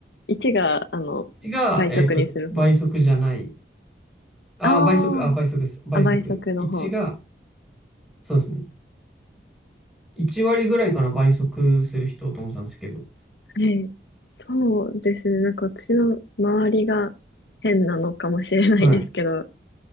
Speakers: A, on the left; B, in the centre.
A: 1が、あの、
B: が、
A: 倍速にする方。
B: えっと、倍速じゃない。ああ、
A: あー
B: 倍速、あ、倍速です。倍速。
A: あ、倍速の方。
B: 1が、そうですね。1割ぐらいかな、倍速する人と思ってたんですけど。
A: ええ、そうですね。なんか私の周りが変なのかもしれないですけど、
B: はい。